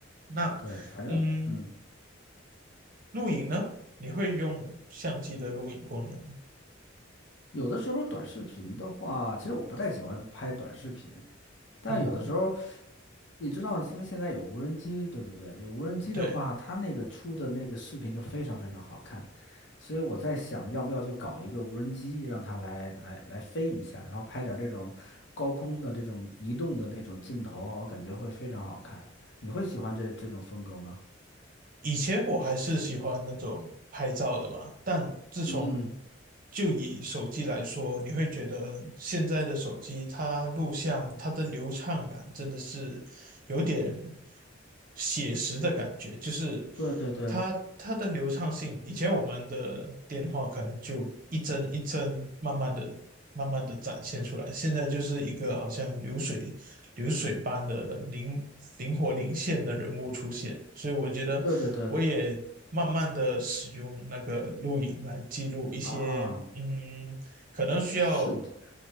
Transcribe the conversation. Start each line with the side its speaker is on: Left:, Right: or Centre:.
Right: 那嗯，
Left: 对，反正嗯，
Right: 录影呢，你会用相机的录影功能吗
Left: 有的时候短视频的话，其实我不太喜欢拍短视频，但有的时候，
Right: 嗯，
Left: 你知道，因为现在有无人机，对不对？有无人机的话，
Right: 对。
Left: 它那个出的那个视频就非常非常好看，所以我在想，要不要去搞一个无人机，让它来来来飞一下，然后拍点儿这种高空的这种移动的那种镜头啊，我感觉会非常好看。你会喜欢这这种风格吗？
Right: 以前我还是喜欢那种拍照的嘛，但自从
Left: 嗯嗯，
Right: 就以手机来说，你会觉得现在的手机它录像它的流畅感真的是有点写实的感觉，就是
Left: 对对对
Right: 它它的流畅性，以前我们的电话可能就一帧一帧慢慢的慢慢的展现出来，现在就是一个好像流水。流水般的灵灵活灵现的人物出现，所以我觉得我也慢慢的使用那个录影来记录一些，
Left: 对对对，啊，
Right: 嗯，可能需要
Left: 瞬间。